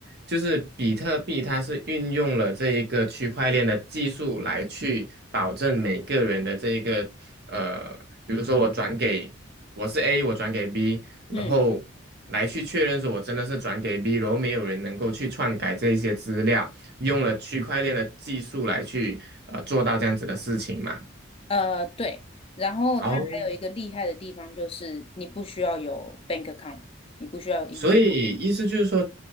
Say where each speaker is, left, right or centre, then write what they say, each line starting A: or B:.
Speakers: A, on the right; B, on the left.
A: 就是比特币它是运用了这一个区块链的技术来去保证每个人的这一个呃，比如说我转给。我是 A，我转给 B，然后来去确认说我真的是转给
B: 嗯。
A: B，然后没有人能够去篡改这些资料，用了区块链的技术来去呃做到这样子的事情嘛。
B: 呃，对，然后它还有一个厉害的地方就是你不需要有
A: 哦，
B: bank account，你不需要有银行。
A: 所以意思就是说，